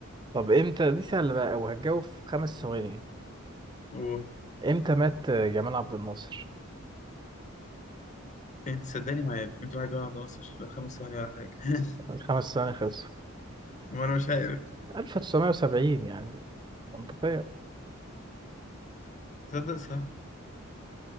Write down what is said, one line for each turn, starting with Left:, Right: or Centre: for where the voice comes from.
Right: طب امتى دي سهلة بقى وهتجاوب في خمس ثواني
Left: قول.
Right: امتى مات آه، جمال عبد الناصر
Left: انت صدقني ما عارف انت حاجة واحد ناصر لا خمس ثواني ولا حاجة <laughs>
Right: الخمس ثواني خلصوا
Left: وانا مش عارف
Right: 1970 يعني منطقية
Left: تصدق صح